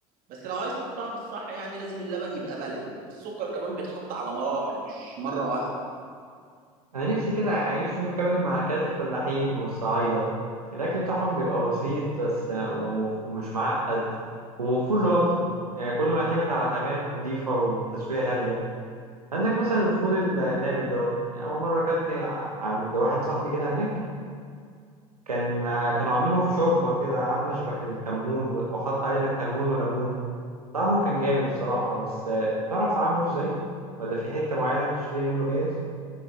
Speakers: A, on the right; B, on the right.
A: بس لو عايز الطعم الصح يعني لازم اللبن يبقى بلدي السكر كمان بيتحط على مراحل مش مرة واحدة
B: أنا نفسي كده أعيش يوم كامل مع أكلات الفلاحين والصعايدة الأكل بتاعهم بيبقى بسيط بس و- ومش معقد ومفهوش غلطة يعني كله معتمد على خامات نظيفة وتسوية هادية عندك مثلا الفول النابت دوت يعني أول مرة أكلت عند واحد صاحبي كده هناك كان كانوا عاملينه في شوربة كده عاملة شبه الكمون وحط عليه لا كمون ولا ليمون طعمه كان جامد الصراحة بس آه، تعرف تعمله ازاي؟ ولا في حتة معينة بتشتري منه جاهز؟